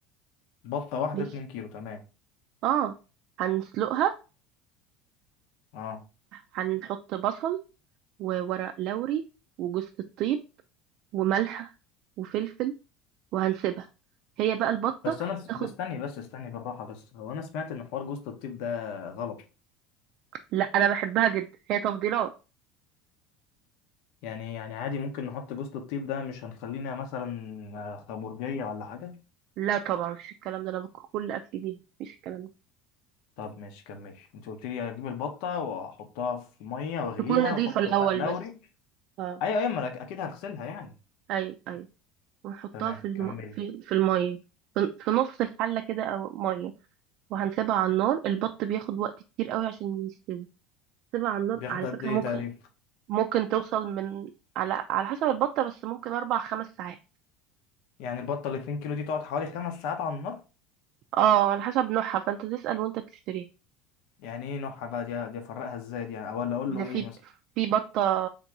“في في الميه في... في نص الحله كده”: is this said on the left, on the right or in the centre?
Right